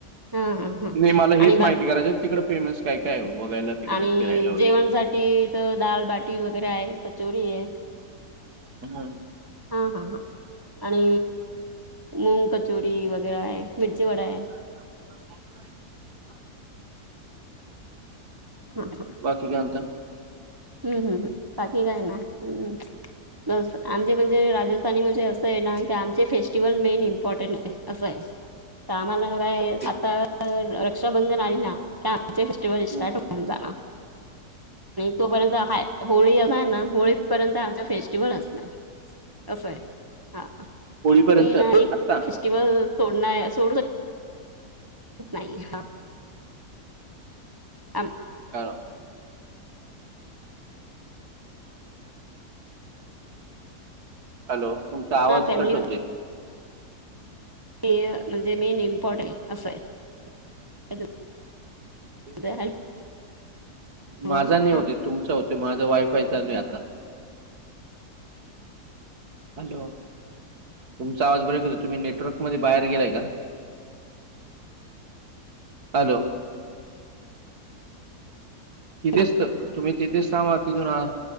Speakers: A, on the right; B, on the right.
A: हा हा हा
B: नाही मला हेच
A: आणि बाकी
B: माहिती करायचा आहे तिकडे फेमस काय काय आहे बघायला. तिकडे
A: आणि
B: फिरायला वगैरे
A: जेवणसाठी तर दालबाटी वगैरे आहे, कचोरी आहे.
B: हम्म.
A: हा हा आणि मुंग कचोरी वगैरे आहे, मिरची वडा आहे.
B: <unintelligible>
A: हा हा.
B: की काय म्हणता.
A: हम्म हम्म बाकी काय नाय, हम्म बस, आमचे म्हणजे राजस्थान आणि म्हणजे असं आहे ना की आमचे फेस्टिवल मेन इम्पॉर्टंट आहे, असं आहे. ताम्हण काय
B: ओके
A: आता. <unintelligible> रक्षा बंधन आली ना की आमचे फेस्टिवल
B: हम्म.
A: स्टार्ट होऊन जाणार. तो पर्यंत हाय, होळी हाय ना होळीपर्यंत आमच फेस्टिवल असणार. असं हाय हां,
B: होळीपर्यंत
A: मी ना
B: आत्ता
A: एक. <unintelligible> टीव्हल सोड ना सोडू शकत नाही हा. आम
B: हॅलो. हॅलो तुमचा
A: आम्हाला
B: आवाज
A: फॅमिलीमध्ये
B: कट होतोय.
A: मी म्हणजे मेन इम्पॉर्टंट असं आहे. <unintelligible>
B: ओके.
A: हॅलो
B: माझा नाही होत
A: हां
B: ये, तुमच होतोय, माझं वायफाय चालू ये आता. हॅलो तुमचा आवाज ब्रेक होतोय तुम्ही नेटवर्क मध्ये बाहेर गेलाय का? हॅलो तिथेच
A: हां
B: तुम्ही तिथेच सथांब.